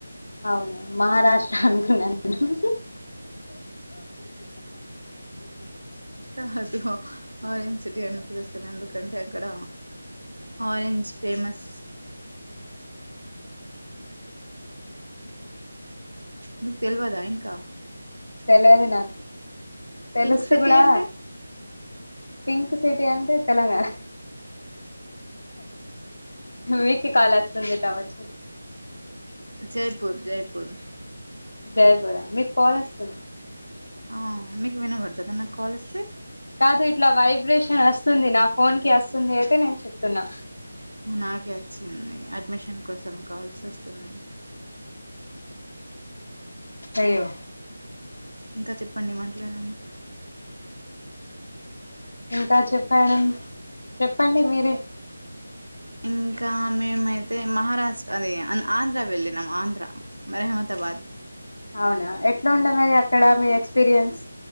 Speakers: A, on the left (about 60°); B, on the right (about 75°).
A: అవును మహారాష్ట్ర అనుకున్న నిను
B: కాదు ఆరెంజ్ సిటీ అనిపిలుస్తారు ఎందుకంటే అక్కడ ఆరెంజ్ ఫేమస్ మీకు తెలివదా ఇంకా
A: తెలిదు నాకు తెలుస్తే
B: పింక్ సిటీ
A: కూడా
B: అంటే
A: పింక్ సిటీ అంటే తెలంగాణ మీకు కాాల్ వస్తుంది కావచ్చు
B: జయపుర్ జయపుర్
A: జయపుర మీకు కాల్ వస్తుంది
B: ఆ మీకు వినబడుతుందిా నాకు కాల్ వస్తే
A: కాదు ఇట్లా వైబ్రేషన్ వస్తుంది నా ఫోన్ కి వస్తుంది అయితే నేను చెప్తున్నా
B: నాకే వచ్చింది అడ్మిషన్ కోసం కాల్స్ వస్తున్నాయి
A: అయ్యో
B: ఇంకా చెప్పండి మాట్లాడండి
A: ఇంకా చెప్పడం చెప్పండి మీరే
B: ఇంకా మేమైతే మహారాష్ట్ర అదే ఆంధ్ర వెళ్ళినాము ఆంధ్ర మ రెహమతాబాద్
A: అవునా ఎట్లా ఉండె మరి అక్కడ మీ ఎక్స్పీరియన్స్